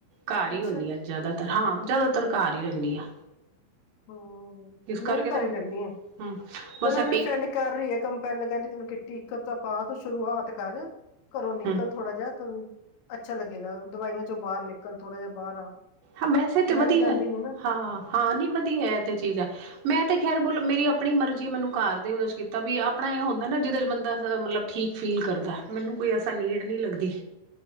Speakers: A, on the right; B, on the left.
A: ਘਰ ਈ
B: ਅੱਛਾ
A: ਹੁਨੀ ਆ ਜਾਦਾ ਹਾਂ ਜਾਦਾਤਰ ਘਰ ਈ ਹੁਨੀ ਆ।
B: ਹੂੰ,
A: ਕਰਕੇ
B: ਮੈਂ ਵੀ ਘਰ
A: ਤੇ
B: ਈ ਰੈਨੀ ਆਂ,
A: ਹਮ ਬਸ
B: ਮੈਨੂੰ
A: ਇਹ
B: ਮੇਰੇ
A: ਪੇਕ
B: ਫਰੈਂਡ ਕਰ ਰਈ ਐ ਕੰਮਪੈਲ ਕੈਂਦੀ ਤੈਨੂੰ ਕਿੱਟੀ ਇੱਕ ਅੱਦਾ ਪਾ ਤੂੰ ਸ਼ੁਰੂਆਤ ਕਰ। ਘਰੋਂ ਨਿਕਲ
A: ਹਮ
B: ਥੋੜ੍ਹਾ ਜਾ ਤੈਨੂੰ ਅੱਛਾ ਲੱਗੇਗਾ ਦਵਾਈਆਂ ਚੋਂ ਬਾਰ ਨਿਕਲ ਥੋੜ੍ਹਾ ਜਾ ਬਾਰ ਆ।
A: ਹਾਂ ਵੈਸੇ ਤੇ
B: ਮੈਂ
A: ਵਦੀਐ,
B: ਵੀ ਜਾਂਦੀ ਨੀ ਨਾ।
A: ਹਾਂ-ਹਾਂ ਨੀ ਵਦੀਐ ਏ ਤੇ ਚੀਜ਼ ਐ। ਮੈਂ ਤੇ ਖ਼ੈਰ ਬੋਲ ਮੇਰੀ ਆਪਨੀ ਮਰਜ਼ੀ ਐ ਮੈਨੂੰ ਘਰ ਦੇ ਓਦੇ ਚ ਕੀਤਾ ਵੀ ਆਪਨਾ ਏਹ ਹੁੰਦਾ ਨਾ ਜਿਦੇ ਚ ਬੰਦਾ ਮਤਲਬ ਠੀਕ ਫੀਲ ਕਰਦਾ ਮੈਨੂੰ ਕੋਈ ਐਸਾ ਨੀਡ ਨੀ ਲੱਗਦੀ।